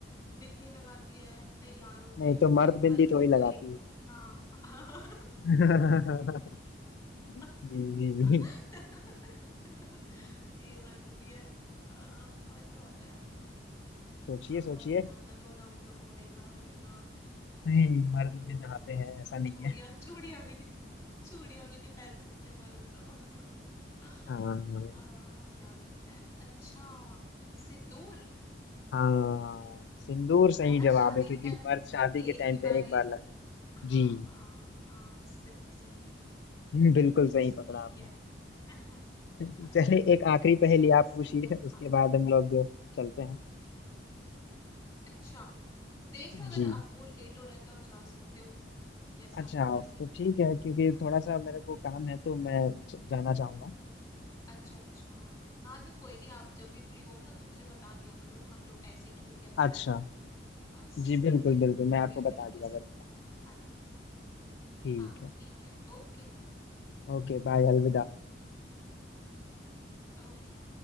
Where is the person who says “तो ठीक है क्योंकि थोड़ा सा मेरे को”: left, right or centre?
Left